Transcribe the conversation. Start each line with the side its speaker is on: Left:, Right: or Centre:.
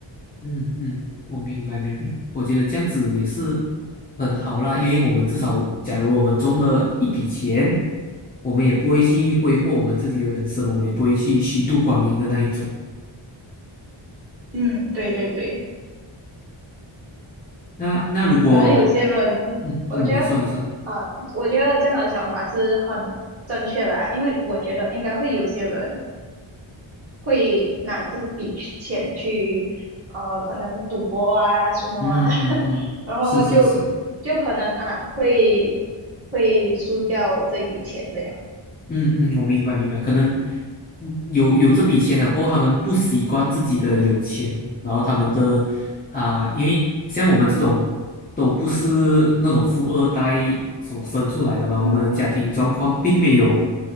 Left: 嗯嗯，我明白明白，我觉得这样子也是很好啦，因为我们至少，假如我们中了一笔钱，我们也不会去挥霍我们自己的人生，我们也不会去虚度光阴的那一种。
Right: 嗯，对对对。
Left: 那那如果，
Right: 可能有些人，
Left: 嗯嗯，
Right: 我觉得，
Left: 你说你说，
Right: 呃，我觉得这样的想法是很正确啦，因为我觉得应该会有些人会拿这笔去钱去，呃，可能赌博啊什么啊，
Left: 嗯嗯嗯，
Right: <laughs> 然后就
Left: 是是是。
Right: 就可能啊会会输掉这笔钱这样，
Left: 嗯嗯，我明白明白，可能嗯有有这笔钱了过后，他们不习惯自己的有钱，然后他们的啊、因为像我们这种都不是那种富二代所生出来的嘛，
Right: 嗯。
Left: 我们的家庭状况并没有，